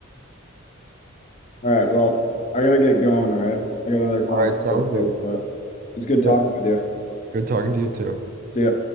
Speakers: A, on the left (about 35°); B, on the right (about 40°).
A: All right, well, I gotta get going, all right? I got another class
B: all right,
A: to
B: sounds
A: go
B: good.
A: to, but it's good talking
B: Yep.
A: with you.
B: Good talking to you too.
A: See ya.